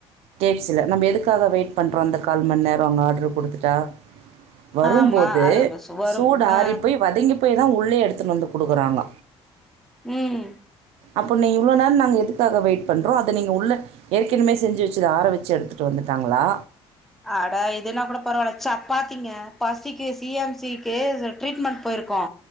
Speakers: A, on the right; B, in the centre.
A: கேக் சல்ல நம்ம எதுக்காக வெயிட் பண்றோம் அந்த கால் மணிநேரம் அங்க ஆர்ட்ரு கொடுத்துட்டா வரும்போது
B: ஆமா அது சு வரும்
A: சூடு
B: ஆ
A: ஆறிப்போயி வதங்கிப் போய் போய் தான் உள்ளே எடுத்துகிட்டு வந்து கொடுக்குறாங்க
B: உம்
A: அப்பொ நீ இவ்ளோ நேர நாங்க எதுக்காக வெயிட் பண்றோ அத நீங்க உள்ள ஏற்கனவே செஞ்சு வச்சுத ஆற வச்சு எடுத்துட்டு வந்துட்டாங்களா
B: அட இதுன்னா கூட பரவால்ல சப் பாத்திங்க பசிக்கு சி எம் சி க்கு ட்ரீட்மெண்ட் போயிருக்கோ